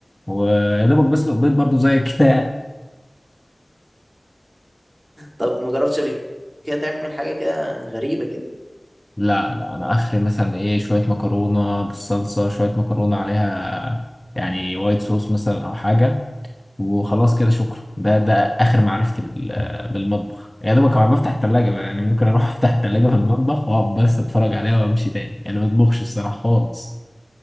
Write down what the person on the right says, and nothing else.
طب ما جربتش قبل كده تعمل حاجة كده غريبة كده